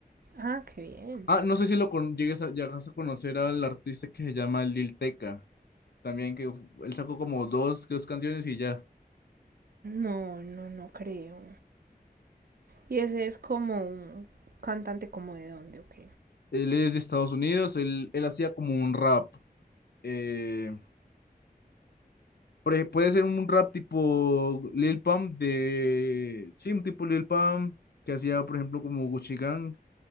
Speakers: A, on the right; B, on the left.
A: Ah, qué bien.
B: Ah, no sé si lo con, llegues a, llegas a conocer al artista que se llama Lil Tecca, también que él sacó como dos, dos canciones y ya.
A: No, no, no creo. Y ese es como un cantante como de dónde, ok.
B: Él es de Estados Unidos, él, él hacía como un rap. eh, pre- puede ser un rap tipo Lil Pump de... Sí, un tipo Lil Pump que hacía, por ejemplo, como Gucci Gang.